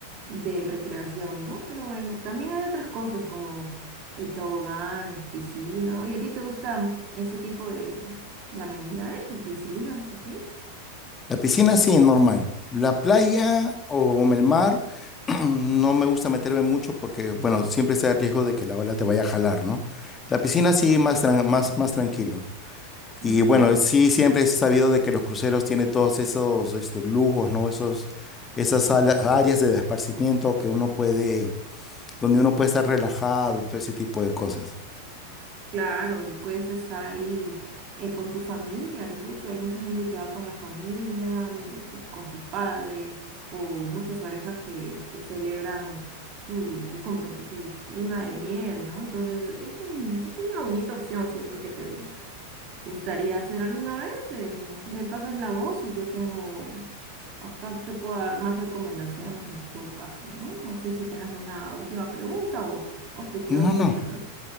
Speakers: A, on the right; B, on the left.
A: de recreación, ¿no? Pero bueno, también hay otras cosas como eh, toboganes, piscina. Oye, ¿a ti te gustan ese tipo de, de amenidades? ¿Piscinas, así?
B: La piscina sí, normal. La playa o el mar, <clears throat> no me gusta meterme mucho porque, bueno, siempre está el riesgo de que la ola te vaya a jalar, ¿no? La piscina sí, más, tran- más, más tranquilo.
A: Ujú.
B: Y bueno, sí, siempre es sabido de que los cruceros tienen todos esos este, lujos, ¿no? Esos, esas sala- áreas de esparcimiento que uno puede, donde uno puede estar relajado y todo ese tipo de cosas.
A: Claro, y puedes estar ahí eh, con tu familia, incluso hay mucha gente que va con la familia, mm, con sus padres, o muchas parejas que, que celebran su, su, comprom- su luna de miel, ¿no? Entonces es un- es una bonita opción si es lo que te gustaría hacer alguna vez. eh, me pasas la voz y yo tengo, acá te puedo dar más recomendaciones en todo caso, ¿no? No sé si tengas una última pregunta o, o te quedó
B: No,
A: todo
B: no,
A: claro.